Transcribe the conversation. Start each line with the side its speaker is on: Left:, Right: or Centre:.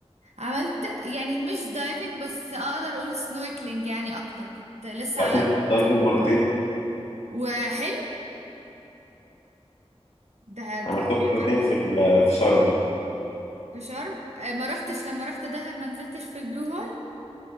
Right: عملت يعني مش دايفنج بس اقدر اقول سنوركلينج يعني اكتر كنت لسه
Left: تعرف
Right: على
Left: ان
Right: السطح
Left: أنا عملت دايفنج مرتين
Right: وحلو ده
Left: فعملتهم
Right: ده حلو
Left: مرتين
Right: قوي
Left: في
Right: ده
Left: ال- في شرم
Right: في شرم آه، ما رحتش لما رحت دهب ما نزلتش في البلو هول